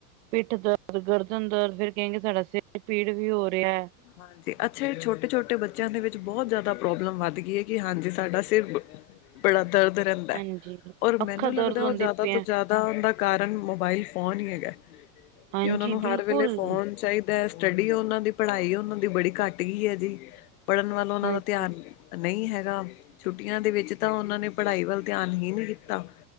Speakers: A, on the right; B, on the left.
A: ਪਿੱਠ ਦਰਦ, ਗਰਦਨ ਦਰਦ ਫਿਰ ਕਹਿੰਗੇ ਸਾਡਾ ਸਿਰ ਪੀੜ ਵੀ ਹੋ ਰਿਹਾ।
B: ਹਾਂਜੀ। ਅੱਛਾ, ਛੋਟੇ- ਛੋਟੇ ਬੱਚਿਆਂ ਦੇ ਵਿੱਚ ਬਹੁਤ ਜ਼ਿਆਦਾ ਪ੍ਰੋਬਲਮ ਵੱਧ ਗਈ ਹੈ। ਕਿ ਹਾਂਜੀ। ਸਾਡਾ ਬੜਾ ਦਰਦ ਰਹਿੰਦਾ।
A: ਹਾਂਜੀ
B: ਔਰ
A: ਅੱਖਾਂ
B: ਮੈਨੂੰ
A: ਦਰਦ
B: ਲੱਗਦਾ
A: ਹੁੰਦੀ
B: ਉਹ ਜ਼ਿਆਦਾ
A: ਪਈਆਂ
B: ਤੋਂ ਜ਼ਿਆਦਾ ਦਾ ਕਾਰਨ ਮੋਬਾਇਲ ਫੋਨ ਹੀ ਹੈਗਾ।
A: ਹਾਂਜੀ
B: ਕਿ ਉਹਨਾਂ ਨੂੰ ਹਰ
A: ਬਿਲਕੁਲ
B: ਵੇਲੇ ਫੋਨ ਚਾਹੀ ਸਟੱਡੀ ਉਹਨਾਂ ਦੀ ਪੜ੍ਹਾਈ ਉਹਨਾਂ ਦੀ ਬੜੀ ਘੱਟ ਗਈ ਹੈ ਜੀ। ਪੜ੍ਹਨ ਵੱਲ ਉਹਨਾਂ
A: ਹਾਂਜੀ
B: ਦਾ ਧਿਆਨ ਨਹੀਂ ਹੈਗਾ। ਛੁੱਟੀਆਂ ਦੇ ਵਿੱਚ ਤਾਂ ਉਹਨਾਂ ਨੇ ਪੜ੍ਹਾਈ ਵੱਲ ਧਿਆਨ ਹੀ ਨਹੀਂ ਕੀਤਾ।